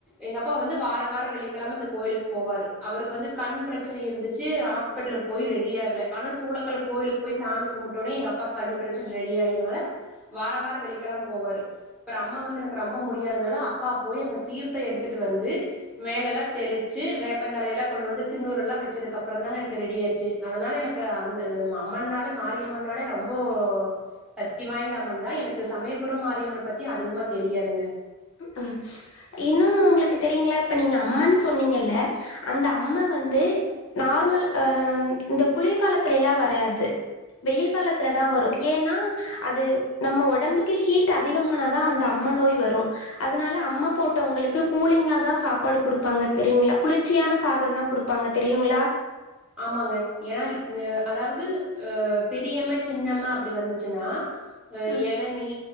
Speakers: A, in the centre; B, on the left.
A: எங்க அப்பா வந்து வார வார வெள்ளிக்கெழம இந்த கோயிலுக்கு போவாரு அவருக்கு வந்து கண் பிரச்சனை இருந்துச்சு ஹாஸ்பிட்டலுக்கு போயி ரெடி ஆகல ஆனா சூளக்கல் கோயிலுக் போயி சாமி கும்புட்டோனே எங்க அப்பாக்கு கண்ணு பிரச்சன ரெடி ஆயினால வாரோ வாரோ வெள்ளிக்கெழம போவாரு அப்புறம் அம்மா வந்து எனக்கு ரொம்ப முடியாததுனால அப்பா போயி அங்க தீர்த்தோ எடுத்துட்டு வந்து மேலெல்லா தெளிச்சு வேப்பந்தலையெல்லா கொண்டு வந்து தின்ணூறெல்லா வச்சதுக்கு அப்றோ தாங்க எனக்கு ரெடி ஆச்சு அதனால எனக் அந்த அ அம்மனாலே மாரியம்மனாலே ரொம்போ சக்தி வாய்ந்த அம்மன் தா எனக்கு சமயபுறோ மாரியம்மன பத்தி அதிகமா தெரியாதுங்க
B: ம் இன்னொன்னு உங்களுக்கு தெரியுங்களா இப்ப நீங்க அம்மன்னு சொன்னீங்கல்ல அந்த அம்மா வந்து நார்மல் அ இந்த குளிர்காலத்துல எல்லா வராது வெயில் காலத்துல தா வரு ஏனா அது நம்ம உடம்புக்கு ஹீட் ஆ அதிகமான தா அந்த அம்ம நோய் வரு அதனால அம்மா போட்டவங்களுக்கு கூலிங்கா தா சாப்பாடு குடுப்பாங்க தெரியுங்களா குளிர்ச்சியான சாதோந்தா குடுப் ப்பாங்க தெரியுங்களா
A: ஆமாங்க ஏனா இது அதாவது அ பெரியம்ம சின்னம்ம அப்டி வந்துச்சுன்னா அ
B: ம்
A: எளநீ